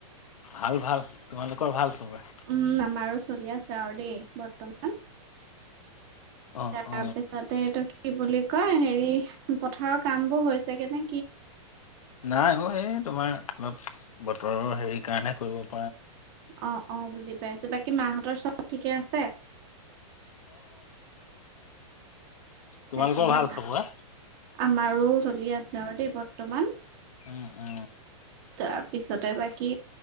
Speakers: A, on the left; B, on the right.
A: ভাল ভাল তোমালোকৰ ভাল চবৰে?
B: উম আমাৰো চলি আছে আৰু দেই বৰ্তমান।
A: অ
B: তাৰ
A: অ
B: পিছতে এইটো কি বুলি কয় হেৰি পথাৰৰ কাম বোৰ হৈছে গে নে?
A: নাই অ এই তোমাৰ অলপ বতৰৰ হেৰি কাৰণে কৰিবব
B: অ অ বুজি পাইছো বাকী মাহঁতৰ চব ঠিকে আছে?
A: তোমালোকৰও
B: তাকেহে
A: ভাল চবৰে?
B: আমাৰো চলি আছে আৰু দেই বৰ্তমান।
A: উ অ।
B: তাৰপিছতে বাকী